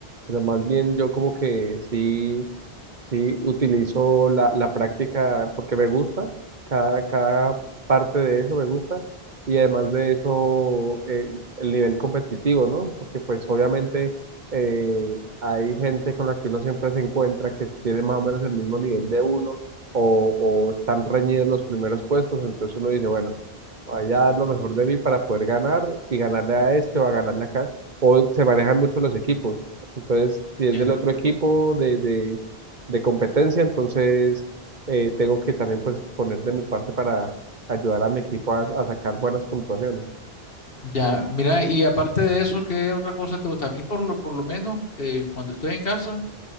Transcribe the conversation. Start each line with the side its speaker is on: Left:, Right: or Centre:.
Right: Pero más bien yo como que sí. Sí, utilizo la, la práctica porque me gusta, cada, cada parte de eso me gusta y además de eso eh, el nivel competitivo, ¿no? Porque pues obviamente eh, hay gente con la que uno siempre se encuentra que tiene más o menos el mismo nivel de uno o, o están reñidos los primeros puestos, entonces uno dice, bueno, Vaya a dar lo mejor de mí para poder ganar y ganarle a este o a ganarle acá. O se manejan mucho los equipos. Entonces, si es
Left: ya.
Right: del otro equipo de, de, de competencia, entonces eh, tengo que también pues poner de mi parte para ayudar a mi equipo a, a sacar buenas puntuaciones.
Left: Ya, mira, y aparte de eso, ¿qué otra cosa te gusta? A mí por lo, por lo menos, eh, cuando estoy en casa,